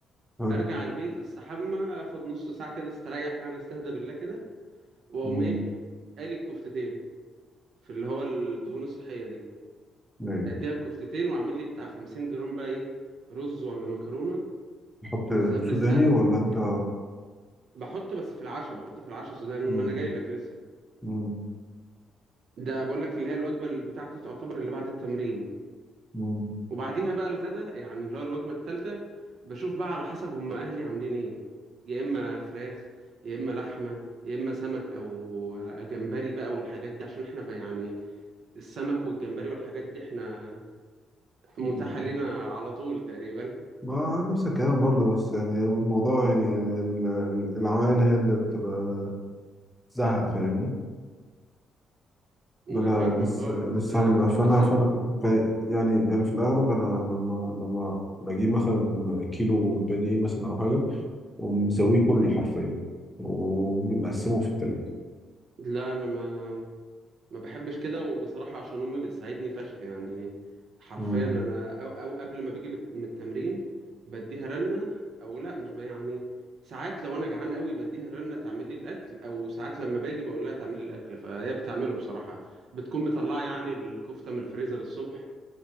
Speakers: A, in the centre; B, on the right.
A: حلو.
B: ارجع البيت استحمى اخد نص ساعه كده استريح يعني استهدى بالله كده واقوم
A: مم.
B: ايه قالي الكفتتين في اللي هو الدهون الصحيه دي
A: ايوه
B: اديها الكفتتين واعمل لي بتاع 50 جرام بقى ايه رز ولا مكرونه
A: تحط
B: بس قبل
A: سوداني
B: السلق
A: ولا انت
B: بحط بس في العشاء بحط في العشاء سودان ما
A: مم.
B: انا جاي لك لسه
A: مم.
B: ده بقول لك اللي هي الوجبه اللي بتاعتي تعتبر اللي بعد التمرين
A: مم.
B: وبعديها بقى الغدا يعني اللي هو الوجبة التالتة بشوف بقى على حسب هم أهلي عاملين إيه يا إما فراخ يا إما لحمة يا إما سمك أو جمبري بقى والحاجات دي عشان إحنا في- يعني السمك والجمبري والحاجات دي إحنا متاحة
A: مم.
B: لنا على طول تقريبا
A: ما نفس الكلام برضه بس يعني الموضوع يعني ال- ال- العمايل هي اللي بتبقى زهق فاهمني
B: أنا
A: إن انا
B: فاهمك
A: لسه
B: أه
A: لسه
B: بس
A: عامل ده. فانا
B: بس
A: فانا
B: أنا-
A: ب- يعني يعني في الاغلب انا لما لما بجيب مثلا كيلو بانيه مثلا او حاجه ومسويه كله حرفيا ومقسمه في التلاجة
B: لا أنا ما ما بحبش كده وبصراحة عشان أمي بتساعدني فشخ يعني حرفيا
A: مم.
B: أنا أو, أو قبل ما باجي من من التمرين بديها رنة أو لأ مش بقى يعني ساعات لو أنا جعان قوي بديها رنة تعمل لي الأكل أو ساعات لما باجي بقول لها تعمل لي الأكل فهي بتعمله بصراحة بتكون مطلعة يعني الكفتة من الفريزر الصبح